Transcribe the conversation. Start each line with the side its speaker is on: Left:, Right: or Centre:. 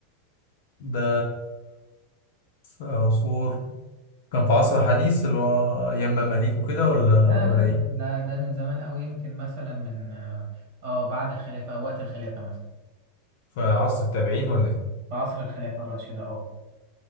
Left: ده في عصور كان في عصر حديث اللي هو أيام مماليك وكده ولا
Right: لا
Left: ولا
Right: لا
Left: ايه؟
Right: لا ده من زمان قوي يمكن مثلا من اه آه، بعد الخلافة او وقت الخلافة مثلا
Left: في عصر التابعين ولا ايه؟
Right: في عصر الخلافة الراشدة اه